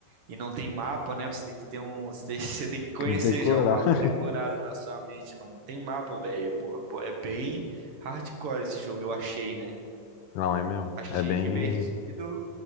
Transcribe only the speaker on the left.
Tem que Decorar.
<laughs>
Não, é mesmo.
É bem.